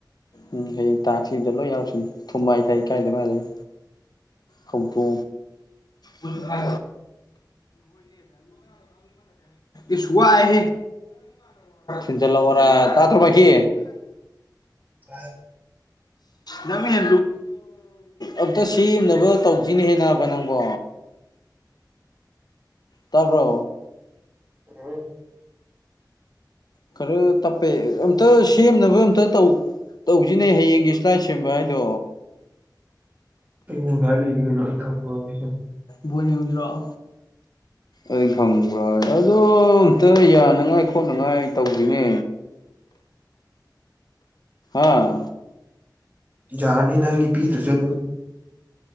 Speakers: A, on the left; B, on the right.
A: ꯎꯝ ꯍꯌꯦꯡ ꯇꯥꯛꯁꯤꯗ ꯂꯣꯏ ꯌꯥꯎꯔꯁꯤꯅꯤ ꯊꯨꯝꯃꯥꯏ ꯀꯥꯏ ꯀꯥꯏꯗ ꯃꯥꯗꯅꯤ ꯀꯄꯨ ꯗ ꯏꯁꯨꯍꯦ ꯤꯟ ꯆꯂ ꯑꯣꯔ ꯇꯥ ꯇꯔꯃꯀꯤ
B: ꯇ
A: ꯅꯪ ꯑ ꯑꯝꯇ ꯁꯦꯝꯅꯕ ꯇꯧꯁꯤꯅ ꯍꯦꯟꯅꯕ ꯅꯪꯕꯣ ꯇꯕ꯭ꯔꯣ
B: ꯎꯝ
A: ꯈꯔ ꯇꯞꯄꯦ ꯑꯝꯇ ꯁꯦꯝꯅꯕ ꯑꯝꯇ ꯇꯧ ꯇꯧꯁꯤꯅꯦ ꯍꯌꯦꯡꯒꯤ ꯁꯂꯥꯏ ꯁꯦꯝꯕ ꯍꯥꯏꯗꯣ
B: ꯑꯩꯉ ꯊꯔ ꯑ ꯊꯪ
A: ꯕꫭꯜ ꯌꯦꯡꯉꯨꯖꯤꯔꫭ ꯑꯩ ꯈꯪꯕ꯭ꯔ ꯑꯣ ꯑꯝꯇ ꯌꯥꯅꯉꯥꯏ ꯈꯣꯠꯅꯉꯥꯏ ꯇꯧꯁꯤꯅꯦ ꯑꯥ
B: ꯌꯥꯖꯥꯔꯅꯤ ꯅꯪꯒꯤ ꯄꯤꯗ꯭ꯔꯁꯦ ꯑꯗꯨ